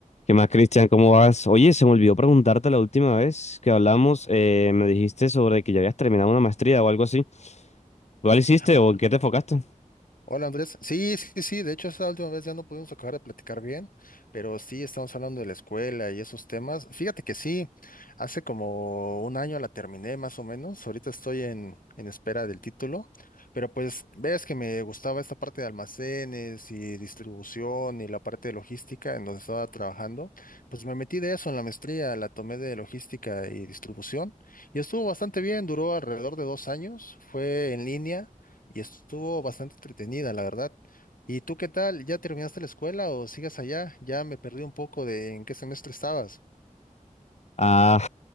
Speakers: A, on the left; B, on the left.
A: ¿Qué más, Cristian? ¿Cómo vas? Oye, se me olvidó preguntarte la última vez que hablamos, eh, me dijiste sobre que ya habías terminado una maestría o algo así. ¿Cuál hiciste
B: O-
A: o en qué te enfocaste?
B: Hola Andrés, sí, sí, sí, de hecho esa última vez ya no pudimos acabar de platicar bien, pero sí estamos hablando de la escuela y esos temas. Fíjate que sí, hace como un año la terminé más o menos, ahorita estoy en, en espera del título, pero pues ves que me gustaba esta parte de almacenes y distribución y la parte de logística en donde estaba trabajando, pues me metí de eso en la maestría, la tomé de logística y distribución y estuvo bastante bien, duró alrededor de dos años, fue en línea y estuvo bastante entretenida, la verdad. ¿Y tú qué tal? ¿Ya terminaste la escuela o sigues allá? Ya me perdí un poco de en qué semestre estabas.
A: Ah,